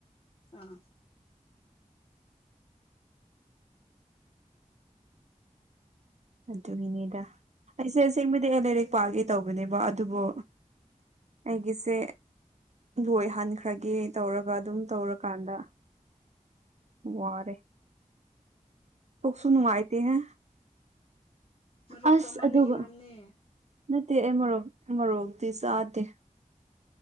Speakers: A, on the left (about 40°); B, on the right (about 55°).
A: ꯑ
B: ꯑꯗꯨꯒꯤꯅꯦꯗ ꯑꯩꯁꯦ ꯑꯥꯁꯦꯡꯕꯗꯤꯅꯦ ꯂꯩꯔꯤꯛ ꯄꯥꯒꯦ ꯇꯧꯕꯅꯦꯕ ꯑꯗꯨꯕꯨ ꯑꯩꯒꯤꯁꯦ ꯂꯣꯏꯍꯟꯈ꯭ꯔꯒꯦ ꯇꯧꯔꯒ ꯑꯗꯨꯝ ꯇꯧꯔꯀꯥꯟꯗ ꯋꯥꯔꯦ ꯄꯨꯛꯁꯨ ꯅꯨꯡꯉꯥꯏꯇꯦꯍꯦ
A: ꯃꯔꯣꯛ
B: ꯑꯁ
A: ꯆꯥꯃꯟꯕꯒꯤ
B: ꯑꯗꯨꯒ
A: ꯑꯣꯏꯔꯝꯅꯤ
B: ꯅꯠꯇꯦ ꯑꯩ ꯃꯔꯣꯛ ꯃꯔꯣꯛꯇꯤ ꯆꯥꯗꯦ